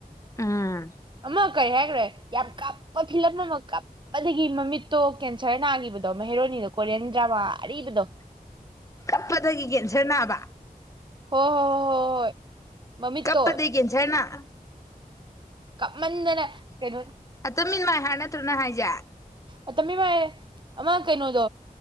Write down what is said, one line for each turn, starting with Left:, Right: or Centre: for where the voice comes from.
Left: ꯎꯝ
Right: ꯑꯃ ꯀꯩ ꯍꯥꯏꯒ꯭ꯔꯦ ꯌꯥꯝ ꯀꯥꯞ ꯀꯄ ꯐꯤꯂꯝ ꯑꯃ ꯀꯥꯞꯄꯗꯒꯤ ꯃꯃꯤꯠꯇꯣ ꯀꯦꯟꯁꯔ ꯅꯥꯒꯤꯕꯗꯣ ꯃꯍꯦꯔꯣꯅꯤꯗꯣ ꯀꯣꯔꯤꯌꯟ ꯗ꯭ꯔꯃꯥ ꯑꯔꯤꯕꯗꯣ꯫
Left: ꯀꯞꯄꯗꯒꯤ ꯀꯦꯟꯁꯔ ꯅꯥꯕ꯫
Right: ꯍꯣ ꯍꯣ ꯍꯣ ꯍꯣ ꯍꯣꯏ꯫ ꯃꯃꯤꯠꯇꯣ
Left: ꯀꯞꯄꯗꯩ ꯀꯦꯟꯁꯔ ꯅꯥꯑ
Right: ꯀꯞꯃꯟꯗꯅ ꯀꯩꯅꯣ
Left: ꯇꯝ ꯑꯤꯟ ꯃꯥꯏ ꯍꯥꯠ ꯅꯠꯇ꯭ꯔꯣ ꯅꯪ ꯍꯥꯏꯖꯦ꯫
Right: ꯑꯇꯣꯝꯕꯤ ꯃꯩ ꯑꯃ ꯀꯩꯅꯣꯗꯣ